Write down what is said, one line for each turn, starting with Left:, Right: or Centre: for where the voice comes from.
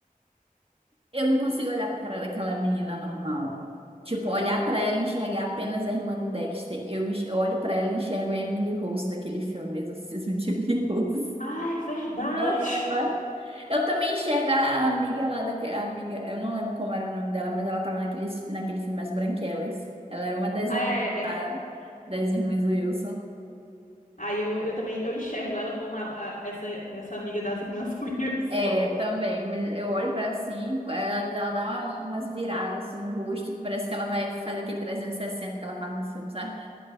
Right: Eu não consigo olhar pra cara daquela menina normal. Tipo, olhar pra ela e enxergar apenas a irmã do Dexter. Eu, enx- eu olho pra ela e enxergo a Emily Rose daquele filme Exorcismo de Emily Rose.
Left: Ah, é verdade.
Right: Ela-
Left: <laughs>
Right: Eu também enxergo a amiga lá, daque- a amiga, eu não lembro como era o nome dela, mas ela tava naquele, naquele filme As Branquelas. Ela era uma das
Left: Ah,
Right: amigas
Left: É.
Right: lá, das irmãs Wilson.
Left: Aí eu, eu também eu enxergo ela como a- a- essa, essa amiga das irmãs <laughs> Wilson.
Right: É, também, mas eu olho pra ela assim, ela, ela dá uma- umas viradas assim, no rosto, que parece que ela vai fazer aquele 360 que ela faz no filme, sabe?